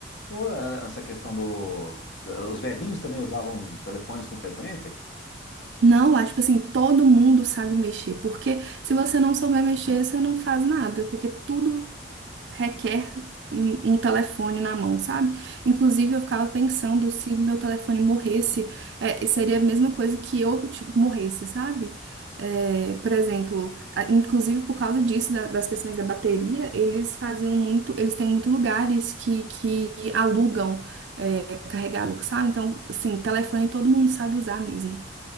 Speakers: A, on the left; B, on the right.
A: Ou ah, essa questão do. da- Os velhinhos também usavam telefones com frequência?
B: Não, lá, tipo assim, todo mundo sabe mexer, porque se você não souber mexer, você não faz nada, porque tudo requer um, um telefone na mão, sabe? Inclusive, eu ficava pensando se meu telefone morresse, é, seria a mesma coisa que eu, tipo, morresse, sabe? É, por exemplo, a- inclusive por causa disso, da- das questões da bateria, eles faziam muito, eles têm muito lugares que, que alugam, é, carregador, sabe? Então, assim, telefone todo mundo sabe usar mesmo.